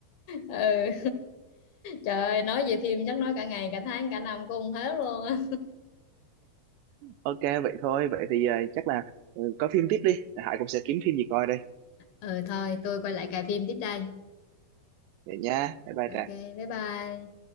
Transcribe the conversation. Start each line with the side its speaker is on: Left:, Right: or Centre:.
Left: ừ. Trời ơi, nói về phim chắc nói cả ngày, cả tháng, cả năm cũng không hết luôn á.
Right: ok vậy thôi vậy thì ờ, chắc là ừ, coi phim tiếp đi Hải cũng sẽ kiếm phim gì coi đây
Left: Ừ thôi, tôi quay lại cài phim tiếp đây.
Right: vậy nha bye bye
Left: Ok,
Right: Trang.
Left: bye bye.